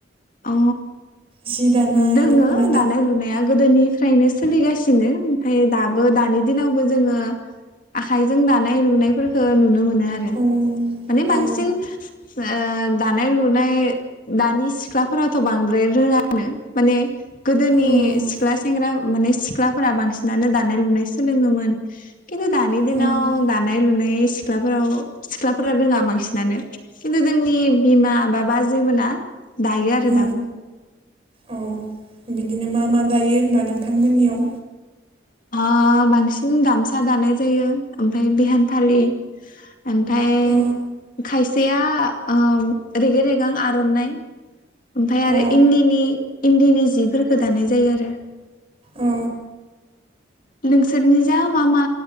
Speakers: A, on the left (about 45°); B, on the right (about 30°).
A: अ
B: जि दानाय
A: दोङो
B: दख'ना
A: दानाय लुनाया गोदोनि फ्रायनो सोलिगासिनो ओमफ्राय दाबो दानि दिनावबो जोङो आखाइजों दानाय लुनायफोरखो नुनो मो नो आरो
B: औ
A: माने बांसिन
B: औ
A: ओ दानाय लुनाय दानि सिख्ला फोराथ' बांद्राय रोङानो माने गोदोनि
B: औ
A: सिख्ला सेंग्रा माने सिख्लाफोरा बां सिनानो दानाय लुनाय सोलोङोमोन खिन्थु दानि दिनाव
B: उम
A: दानाय लुनाय सिख्लाफोराव सिख्लाफोरा रोङा बांसिनानो खिन्थु जोंनि बिमा बा-बाजै मोना दायो आरो
B: औ
A: दाबो
B: औ बिदिनो मा मा दायो होमबा नोंथांमोननियाव?
A: ओ बांसिन गामसा दानाय जायो ओमफ्राय बिहान फालि ओमफाय
B: अ
A: खायसेया ओ रेगे रेगां आर'नाइ ओमफाय
B: अ
A: आरो इन्दिनि इन्दिनि जिफोरखो दानाय जायो आरो
B: औ
A: नोंसोरनि जा मा मा